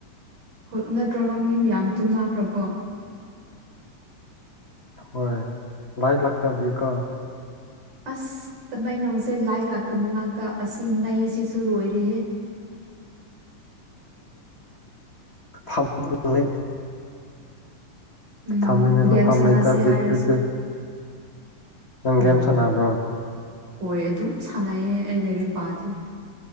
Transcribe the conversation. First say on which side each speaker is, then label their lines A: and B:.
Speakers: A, on the right (about 80°); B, on the left (about 50°).
A: ꯍꯣꯏ ꯅꯠꯇ꯭ꯔꯒ ꯃꯤ ꯃꯌꯥꯝ ꯇꯨꯝꯅꯈ꯭ꯔꯕꯣ
B: ꯍꯣꯏ ꯂꯥꯏ ꯂꯥꯛꯇꯥꯕꯀꯣ
A: ꯑꯁ ꯇꯃꯩ ꯉꯣꯡꯁꯦ ꯂꯥꯏ ꯂꯥꯛꯇꯕ ꯉꯥꯛꯇ ꯑꯁꯤ ꯃꯩꯁꯤꯁꯨ ꯂꯣꯏꯔꯦꯍꯦ
B: ꯐꯝ ꯂ
A: ꯎꯝ
B: ꯊꯝꯅꯤꯡꯉꯥꯏ ꯃ
A: ꯒꯦꯝ
B: ꯐꯥꯝ
A: ꯁꯥꯟꯅꯁꯦ
B: ꯂꯩꯇꯕꯒꯤ
A: ꯍꯥꯏꯔꯁꯨ
B: ꯄ꯭ꯔꯤꯄꯦꯗ ꯅꯪ
A: ꯎꯝ
B: ꯒꯦꯝ ꯁꯥꯟꯅꯕ꯭ꯔꯣ
A: ꯍꯣꯏ ꯑꯗꯨꯝ ꯁꯥꯟꯅꯩꯌꯦ ꯑꯩ ꯂꯥꯏꯔꯤꯛ ꯄꯥꯗꯦ